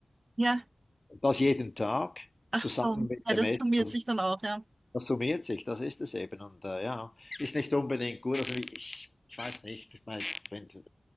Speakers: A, on the right; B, on the left.
A: Ja.
B: Und das jeden Tag
A: Ach
B: zusammen
A: so.
B: mit
A: Ja,
B: dem
A: das
B: Essen.
A: summiert sich dann auch, ja.
B: Das summiert sich, das ist es eben und, äh, ja, ist nicht unbedingt gut. Also, ich ich weiß nicht, ich meine, wenn